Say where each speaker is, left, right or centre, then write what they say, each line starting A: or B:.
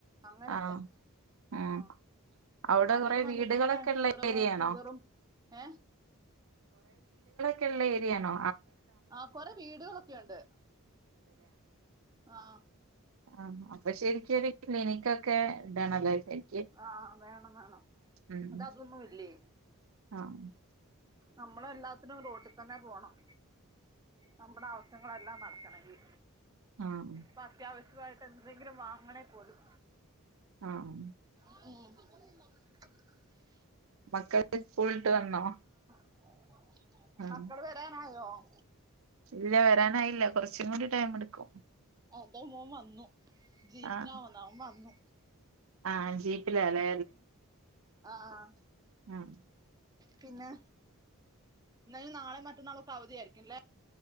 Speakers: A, on the right; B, on the right.
A: അങ്ങനൊക്കെ
B: ആഹ് ഉം
A: ആ
B: അവിടെ
A: അവര്
B: കൊറെ
A: വന്നിട്ടി
B: വീടുകളൊക്കെ
A: ങ്ങനെ
B: ഉള്ള
A: ഓരോ
B: ഏരിയാണോ
A: ഷുഗറും ഏ
B: ള്ള ഏരിയയാണോ
A: ആ കൊറെ വീടുകളൊക്കെുണ്ട് ആ
B: ആ അപ്പൊ ശെരിക്കത് ക്ലിനിക്കൊക്കെ ഇടണല്ലേ ശരിക്ക്
A: ആ വേണം വേണം
B: ഉം
A: അത അതൊന്നും ഇല്ലേ
B: ആഹ്
A: നമ്മളെ എല്ലാത്തിനും റോട്ടിൽ തന്നെ പോണം നമ്പടാവ ഞ ങ്ങളെല്ലാം നടക്കണമെങ്കി
B: ആഹ്
A: പ്പത്യാവശ്യ കായിട്ട് എന്തെങ്കിലും വാങ്ങണേ പോലും
B: ആഹ്
A: ഓഹ്
B: മക്കള് സ്കൂളിട്ട് വന്നോ
A: <inaudible>
B: ആഹ്
A: മക്കള് വരാനായോ <inaudible>
B: ഇല്ല വരാനായില്ല കുറച്ചും കൂടി ടൈം എടുക്കും
A: അത മോൻ വന്നു ജീപ്പിനാവന്നാവൻ
B: ആഹ്
A: വന്നു
B: ആഹ് ജീപ്പിലാ ലെ
A: ആഹ്
B: ഉം
A: പിന്നെ എന്നായും നാളെ മറ്റന്നാളൊക്കെ അവധിയായിരിക്കുംല്ലേ